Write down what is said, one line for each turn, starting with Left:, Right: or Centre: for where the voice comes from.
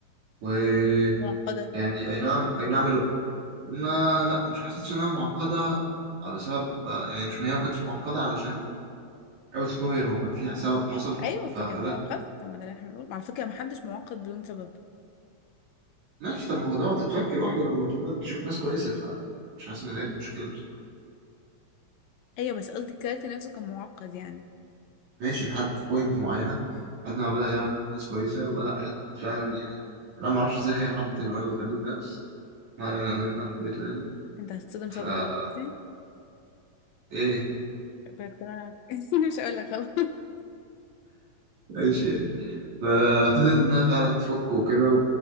Right: ويعني
Left: معقدة
Right: أي نعم أي نعم الو... ما لا مش حسيتش إنها معقدة على سبب يعني مش هي ما كانتش معقدة علشان أوت أوف نوير هو كان فيها سبب حصل
Left: ايوه
Right: فخلاها
Left: فكانت معقدة طب ما ده اللي احنا بنقول على فكرة محدش معقد بدون سبب
Right: ماشي طب ما هو دوت تتفك لوحده لما تبدأ تشوف ناس كويسة فمش حاسس إن دي مشكلة بصراحة
Left: ايوه بس قصدي الكاركتر نفسه كان معقد يعني
Right: ماشي لحد بوينت معينة لحد ما بدأ يعرف ناس كويسة وبدأ حد فعلا يعني أنا معرفش إزاي هي حبت الولد الغريب ده بس ولا لا أنا حبيته يعني
Left: انت هتصدم
Right: فا
Left: صدمة دلوقتي
Right: إيه
Left: كنت انا <laughs> مش هقول لك خلاص
Right: إيش يعني فابتديت إنها فعلا تفك وكده